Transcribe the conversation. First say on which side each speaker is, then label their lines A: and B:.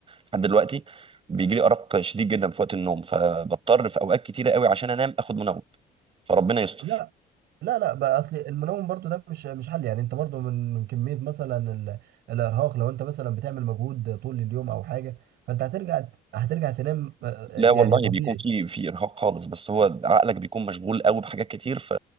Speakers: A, on the right; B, on the right.
A: لحد دلوقتي بيجي لي ارق شديد جدا في وقت النوم فبضطر في اوقات كتيره قوي عشان انام اخد منوم فربنا يستر
B: لا لا لا بقى اصل المنوم برضو ده مش مش حل يعني انت برضو من من كميه مثلا ال- الارهاق لو انت مثلا بتعمل مجهود طول اليوم او حاجه فانت هترجع هترجع تنام آه،
A: لا
B: آه، يعني
A: والله
B: طبيعي
A: بيكون في في ارهاق خالص بس هو عقلك بيكون مشغول قوي بحاجات كتير ف